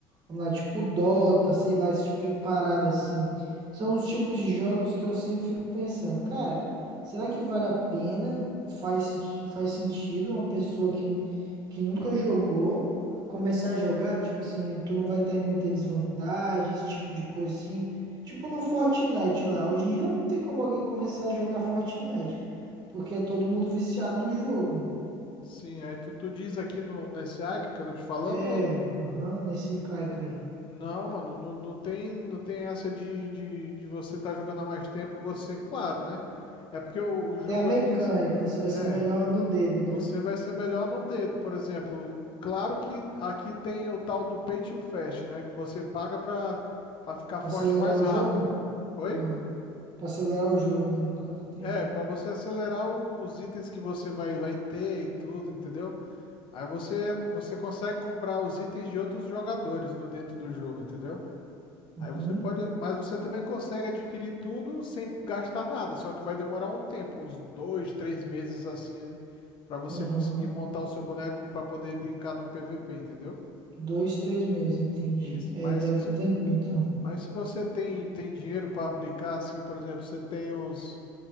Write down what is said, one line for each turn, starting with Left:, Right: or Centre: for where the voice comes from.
Right: vamos lá, tipo Dota, sei lá, esse tipo de parada assim, são os tipos de jogos que eu sempre fico pensando, cara, será que vale a pena? Faz, senti- faz sentido uma pessoa que, nu- que nunca jogou começar a jogar? Tipo assim, tu não vai estar em muita desvantagem, esse tipo de coisa assim. Tipo no Fortnite lá, hoje em dia não tem como alguém começar a jogar Fortnite, porque é todo mundo viciado no jogo.
Left: sim, aí tu, tu diz aqui no nesse Aika que eu tô te falando
Right: É,
Left: ou
Right: aham, nesse caico aí.
Left: Não, mano, não, não tem, não tem essa de, de, de você estar jogando há mais tempo, você, claro, né? É porque o, o jogo
Right: Tem a mecânica,
Left: aqui,
Right: você vai
Left: é,
Right: ser melhor no dedo, né?
Left: você vai ser melhor num dedo, por exemplo. Claro que aqui tem o tal do Pay to Fast, né? Que você paga pra, pra ficar
Right: Pra
Left: forte
Right: acelerar
Left: mais
Right: o
Left: rápido.
Right: jogo?
Left: Oi?
Right: Ah, pra acelerar o jogo, né, no caso, entendi.
Left: É, pra você acelerar o- os itens que você vai, vai ter e tudo, entendeu? Aí você, você consegue comprar os itens de outros jogadores no, dentro do jogo, entendeu?
Right: Uhum,
Left: Aí você pode, mas você também consegue adquirir tudo sem gastar nada, só que vai demorar um tempo, uns dois, três meses assim, né? Para você
Right: aham.
Left: conseguir montar o seu boneco para poder brincar no PVP, entendeu?
Right: Dois, três meses, entendi.
Left: Isso.
Right: É,
Left: Mas
Right: deve
Left: que se,
Right: um tempinho, então.
Left: mas se você tem, tem dinheiro para aplicar, assim, por exemplo, você tem uns,